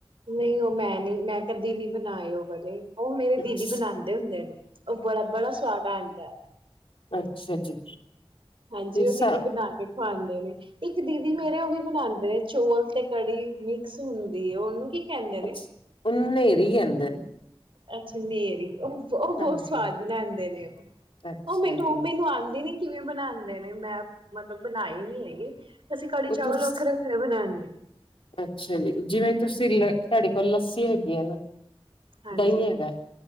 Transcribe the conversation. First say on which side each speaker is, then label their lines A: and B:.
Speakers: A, on the right; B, on the left.
A: ਨਹੀਂ ਉਹ ਮੈਂ ਨੀ ਮੈਂ ਕਦੀ ਨੀ ਬਣਾਏ ਉਹ। ਪਹਿਲੇ। ਉਹ ਮੇਰੇ
B: ਅੱਛਾ
A: ਦੀਦੀ ਬਣਾਂਦੇ ਹੁੰਦੇ ਨੇ ਉਹ ਬੜਾ ਬੜਾ ਸਵਾਦ ਆ ਜਾਂਂਦਾ।
B: ਅੱਛਾ ਅੱਛਾ ਜੀ।
A: ਹਾਂਜੀ,
B: ਤੇ ਸ
A: ਉਹ ਦੀਦੀ ਬਣਾ ਕੇ ਖਵਾਂਦੇ ਨੇ। ਇੱਕ ਦੀਦੀ ਮੇਰੇ ਉਹ ਵੀ ਬਣਾਂਦੇ ਨੇ ਚੋਲ ਤੇ ਕੜੀ ਮਿਕਸ ਹੁੰਦੀ ਐ ਉਹਨੂੰ ਕੀ ਕਹਿੰਦੇ ਨੇ
B: ਅੱਛਾ ਨੇਰੀ ਕਹਿੰਦੇ ਨੇ।
A: ਅੱਛਾ ਨੇਰੀ ਉਹ ਉਹ ਬਹੁਤ
B: ਹਾਂਜੀ
A: ਸਵਾਦ ਬਣਾਂਦੇ ਨੇ ਉਹ
B: ਅੱਛਾ
A: ਮੈਨੂੰ
B: ਜੀ
A: ਉਹ ਮੈਨੂੰ ਆਂਦੀ ਨੀ। ਕਿਵੇਂ ਬਣਾਂਦੇ ਨੇ ਮੈਂ ਮਤਲਬ ਬਣਾਈ ਨੀ ਹੈਗੀ। ਅਸੀਂ ਕੜੀ
B: ਉਹ
A: ਚਾਵਲ
B: ਤੁਸੀਂ
A: ਵੱਖਰੇ ਵੱਖਰੇ <unintelligible>
B: ਅੱਛਾ ਜੀ, ਜਿਵੇਂ ਤੁਸੀਂ ਲ ਤੁਹਾਡੇ ਕੋਲ ਲੱਸੀ ਹੈਗੀ ਆ ਨਾ
A: ਹਾਂਜੀ
B: ਦਹੀਂ ਹੈਗਾ